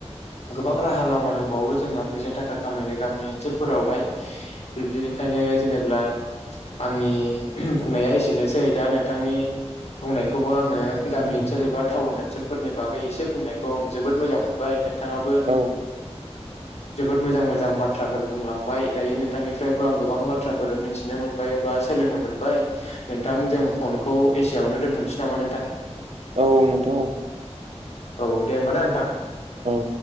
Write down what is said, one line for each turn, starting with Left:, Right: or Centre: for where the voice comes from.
Left: गोबां राहा लामा दंबावो जोंहा फैसा थाखा खामायनो गामि ओनसोलफोरावहाय बिब्दि खायनो जेनेब्ला आंनि बुंनाया एसेनोसै दा नोंथांनि बुंनायखौबो आङो गामि ओनसोल एबा थाउन ओनसोलफोरनि बागै एसे बुंनायखौ आं जोबोद मोजां मोनबाय नोंथाङाबो
Right: औ
Left: जोबोद मोजां-मोजां बाथ्राफोर बुंलांबाय दायो नोंथांनिफ्रायबो आं गोबां बाथ्राफोर मिन्थिनो मोनबाय। बा सोलोंनो मोनबाय नोंथां जों फनखौ एसेयावनो दोन्थ'नोसै नामा नोंथां?
Right: औ नोंथां औ।
Left: औ दे होमबा ना नोंथां।
Right: औ।